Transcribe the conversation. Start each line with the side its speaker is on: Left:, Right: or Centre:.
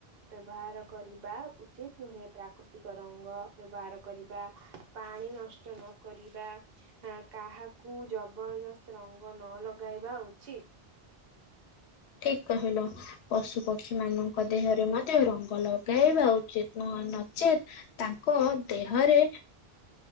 Right: ବ୍ୟବହାର କରିବା ଉଚିତ୍ ନୁହେଁ। ପ୍ରାକୃତିକ ରଙ୍ଗ ବ୍ୟବହାର କରିବା। ପାଣି ନଷ୍ଟ ନକରିବା। ହଁ କାହାକୁ ଜବର୍ ଦସ୍ତ୍ ରଙ୍ଗ ନ ଲଗାଇବା ଉଚିତ୍।
Left: ଠିକ୍ କହିଲ। ପଶୁ ପକ୍ଷୀ ମାନଙ୍କ ଦେହରେ ମଧ୍ୟ ରଙ୍ଗ ଲଗାଇବା ଉଚିତ୍ ନୁହଁ ନଚେତ୍ ତାଙ୍କ ଦେହରେ